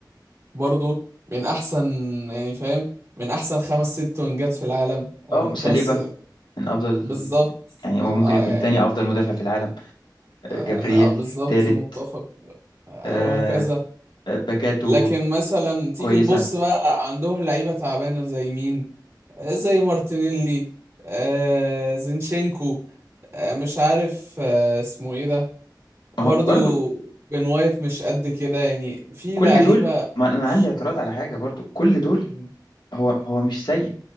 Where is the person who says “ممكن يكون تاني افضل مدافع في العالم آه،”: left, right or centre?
Left